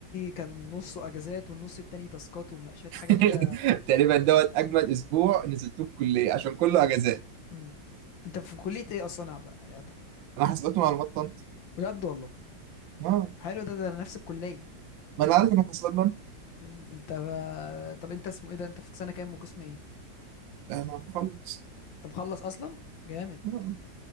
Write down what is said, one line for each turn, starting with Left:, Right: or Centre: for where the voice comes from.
Left: كان نصه اجازات والنص التاني تاسكات ومناقشات
Right: <laughs>
Left: حاجه كده
Right: تقريبا دوت اجمد اسبوع نزلتوه في الكليه عشان كله اجازات
Left: امم انت في كليه ايه اصلا يا بقى- يا ادهم
Right: انا حاسبات ومعلومات طنط
Left: بجد والله
Right: اه
Left: حلو ده ده نفس الكليه
Right: ما انا عارف انا في حاسبات بنك
Left: امم انت طب انت اسمه ايه ده انت في سنه كام وقسم ايه
Right: انا مخلص
Left: انت مخلص اصلا جامد
Right: آه.